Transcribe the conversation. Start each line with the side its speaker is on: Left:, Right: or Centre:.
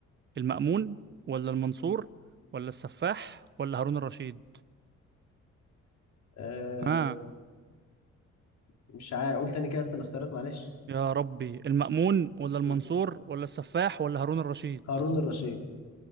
Right: المأمون ولا المنصور ولا السفاح ولا هارون الرشيد
Left: أه...
Right: ها
Left: مش عارف قول تاني كده بس الاختيارات معلش
Right: يا ربي المأمون ولا المنصور
Left: مم.
Right: ولا السفاح ولا هارون الرشيد
Left: هارون الرشيد